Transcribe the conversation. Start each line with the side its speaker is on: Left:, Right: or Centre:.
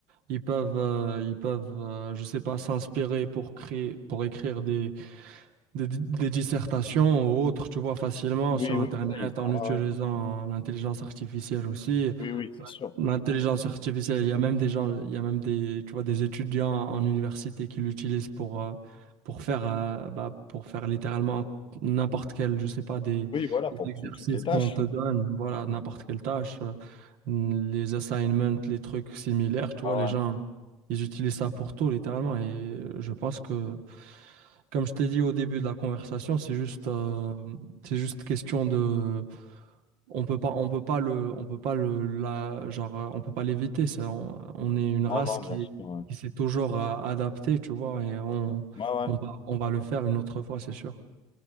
Right: Ils peuvent, euh, ils peuvent, euh, je sais pas, s'inspirer pour créer, pour écrire des, des, des dissertations ou autres, tu vois, facilement
Left: Oui,
Right: sur
Left: oui,
Right: Internet
Left: voilà, ils
Right: en
Left: ont-
Right: utilisant
Left: ah ouais.
Right: l'intelligence artificielle aussi.
Left: Oui, oui, c'est sûr.
Right: L'intelligence artificielle, il y a même des gens, il y a même des, tu vois, des étudiants en université qui l'utilisent pour, euh, pour faire, euh, bah, pour faire littéralement n'importe quel, je sais pas, des,
Left: Oui, voilà,
Right: des
Left: pour
Right: exercices
Left: tout- toutes les tâches.
Right: qu'on te donne, voilà, n'importe quelle tâche. euh, les assignments, les trucs similaires, tu
Left: Ah
Right: vois, les
Left: ouais.
Right: gens, ils utilisent ça pour tout, littéralement. Et euh, je pense que, comme je t'ai dit au début de la conversation, c'est juste, euh, c'est juste question de, on peut pas, on peut pas le, on peut pas le, la, genre, euh, on peut pas l'éviter. ça, On, on est une race
Left: Non, non,
Right: qui,
Left: bien sûr. ouais,
Right: qui s'est toujours euh, adaptée, tu vois, et on,
Left: ouais.
Right: on
Left: ouais.
Right: va, on va le faire une autre fois, c'est sûr.